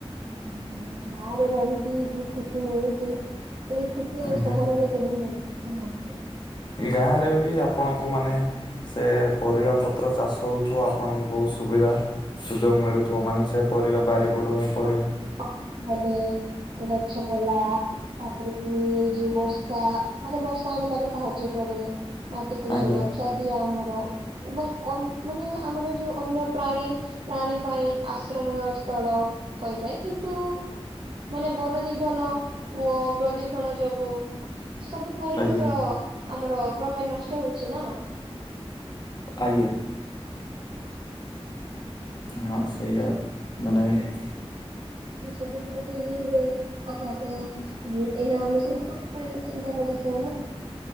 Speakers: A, on the right (about 55°); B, on the left (about 45°).
A: ଆଜ୍ଞା ଆଜ୍ଞା, ଗାଁରେ ରହିକି ଯୋଉ ଖୁସି ମିଳୁଚି। ସେଇ ଖୁସି ଆଉ
B: ଆଜ୍ଞା
A: ସହରରେ କେବେ ମିଳିବନି ନାହିଁ?
B: ଗାଁରେ ବି ଆପଣଙ୍କୁ ମାନେ- ସେ ପରିବା ପତ୍ର ଚାଷ ହଉଥିବ ଆପଣଙ୍କୁ ବହୁତ ସୁବିଧା- ସୁଯୋଗ
A: ଆଜ୍ଞା
B: ମିଳୁଥିବ
A: ଆଜ୍ଞା।
B: ମାନେ ସେ ପରିବା
A: ମାନେ
B: ବାରିପଟ
A: ଏଇ ଯୋଉ
B: ହିଁ ପରିବା।
A: <unintelligible> ହେଲେ ଗଛ ପଇଲା। ତାପରେ ପୁଣି ଏଇ ଯୋଉ ବର୍ଷା ମାନେ ବର୍ଷା ଆଣିବାରେ ସାହାଯ୍ୟ କରେ। ମାଟିକୁ
B: ଆଜ୍ଞା
A: ସୁରକ୍ଷା ଦିଏ ଆମର ଏବଂ ମାନେ ଆମର ଯୋଉ ଅନ୍ୟ ପ୍ରାଣୀ। ପ୍ରାଣୀ ପାଇଁ ଆଶ୍ରମୀୟ ସ୍ଥଳ ହୋଇଥାଏ କିନ୍ତୁ- ମାନେ ବନ ନିଧନ ଓ ପ୍ରଦୂଷଣ ଯୋଗୁଁ ସବୁ ପରିବେଶ-
B: ଆଜ୍ଞା
A: ଆମର କ୍ରମେ ନଷ୍ଟ ହଉଛି ନା।
B: ଆଜ୍ଞା। ହଁ ସେଇ ଆ। ମାନେ-
A: ସବୁ ଜରେ ତ ଇଏ ହୁଏ। ଆ କକୁ ଏହା ଆମେ ସମସ୍ତଙ୍କ ପାଇଁ। ଚିନ୍ତାର ବିଷୟ ନା